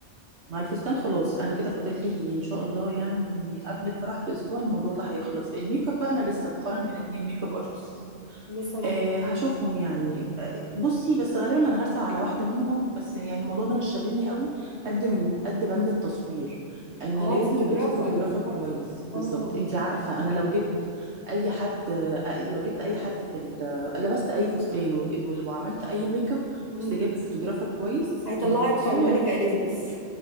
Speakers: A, on the right (about 65°); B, on the left (about 35°).
A: مع الفستان خلاص انا كده فاضل لي ان شاء الله يعني قبل الفرح باسبوع الموضوع ده هيخلص الميك اب بقى انا لسه بقارن بين اتنين ميك اب ارتست
B: لسه ما
A: أه
B: اخترت
A: هشوفهم يعني آه، بصي بس غالبا انا هرسل على واحده منهم بس يعني الموضوع ده مش شاغلني قوي قد من قد بند التصوير انا
B: اه
A: لازم
B: الفوتوغرافر
A: اجيب فوتوغرافر كويس
B: صح اه
A: بالظبط انتي عارفه انا لو جبت اي حد آه، لو جبت اي حد في ال- لبست اي فستان وج- وعملت اي ميك اب بس
B: امم
A: جبت فوتوغرافر كويس
B: هيطلعك
A: المصور
B: الملكة إليزابيث